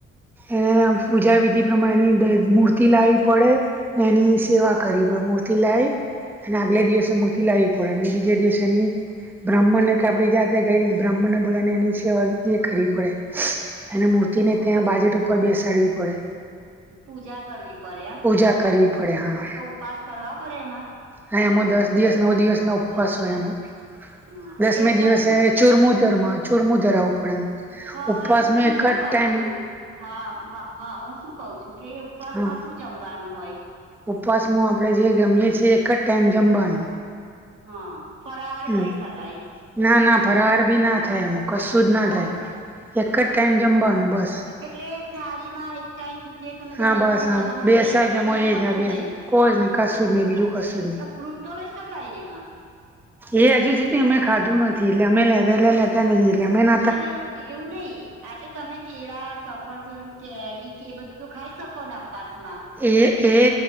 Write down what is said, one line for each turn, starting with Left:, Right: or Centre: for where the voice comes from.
Centre: એ પૂજા વિધિ પ્રમાણેની મૂર્તિ લાવવી પડે. ને એની સેવા કરી પણ મૂર્તિ લાવ અને
Right: હમ
Centre: આગલે દિવસે મૂ ર્તિ લાહી પડે એને બીજે દિવસે એની, બ્રાહ્મણને કા બીજા આપણી જાતે ગઈ બ્રાહ્મણને બોલાને એની સેવા એ કરવી પડે, અને મૂર્તિને ત્યાં બાજોટ ઉપર બેસાડવી પડે.
Right: પૂજા કરવી પડે એમ,
Centre: પૂજા કરવી પડે હા
Right: તો ઉપવાસ કરવા પડે એમાં?
Centre: હા એમાં દસ દિવસ નવ દિવસ નો ઉપવાસ હોય એમાં,
Right: હ
Centre: દસમે
Right: તે ઉપવાસ
Centre: દિવસે ચુરમુ ધર મા‌ ચુરમુ ધરાઆવવું પડે એમાં
Right: પણ
Centre: ઉપવાસમાં
Right: હું
Centre: એક
Right: શું
Centre: જ
Right: કઉ
Centre: ટાઈમ
Right: છું હા હા હું શું કું છું કે ઉપવાસ
Centre: હા
Right: માં શું જમવાનું હોય.?
Centre: ઉપવાસમાં આપણે જે જમીએ છીએ એક જ ટાઈમ જમવાનું.
Right: હા ફરાહાર
Centre: હમ
Right: કરી શકાય.?
Centre: ના ના ફરાર બી ના થાય એમ કશું જ ના
Right: તો
Centre: થાય, એક જ ટાઈમ જમવાનું બસ.
Right: એટલે થાળીમાં એક ટાઈમ જે તમે
Centre: હા
Right: બેસીને
Centre: બસ હા
Right: જમો
Centre: બેસા
Right: તે પછી
Centre: જમો
Right: બીજું
Centre: એ
Right: કશું
Centre: જ
Right: શું
Centre: બે
Right: નહીં.
Centre: કોઈ જ નહી કશું જ નહી બીજું કશું જ
Right: તો ફ્રુટ તો લઇ શકાય ને એમાં.?
Centre: એ હજુ સુધી અમે ખાધું નથી એટલે અમે લાવેલા તા નહીં એટલે અમે ન
Right: પણ એવ એવું નહી, આજે તમે કેળા, સફરજન, કેરી કે એ બધું તો ખાઈ શકો ને ઉપવાસમાં.?
Centre: એ એ